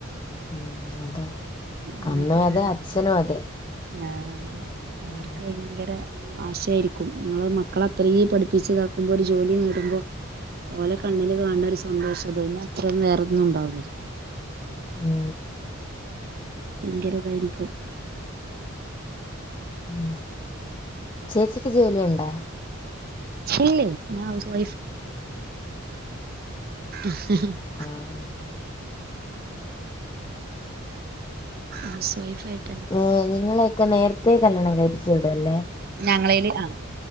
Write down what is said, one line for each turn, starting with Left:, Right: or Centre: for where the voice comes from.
Left: ഉം അതാ
Right: അങ്ങനൊക്കെ
Left: അമ്മ അതെ അച്ഛനും അതെ
Right: ആഹ് അവർക്ക്
Left: ഉം
Right: ഭയങ്കര ആശയായിരിക്കും ഇങ്ങള് മക്കളെ അത്രീം പഠിപ്പിച്ചതാക്കുമ്പോ ഒരു ജോലി നേടുമ്പോ ഓലെ കണ്ണില് കാണ്ണ ഒരു സന്തോഷം അതിന്നെ അത്രും വേറൊന്നും ഉണ്ടാവില്ലേ
Left: ഉം
Right: ഭയങ്കരതായിരിക്കും
Left: ഉം ചേച്ചിക്ക് ജോലിയുണ്ടാ
Right: ഇല്ലല്ല ഞാൻ ഹൗസ് വൈഫ് <unintelligible>
Left: ആഹ്
Right: ഹൗസ് വൈഫായിരുന്നു
Left: ഏഹ് നിങ്ങളൊക്കെ നേരത്തെ കല്യാണം കഴിപ്പിച്ചു വിടല്ലേ
Right: ഞങ്ങളേല് ആഹ്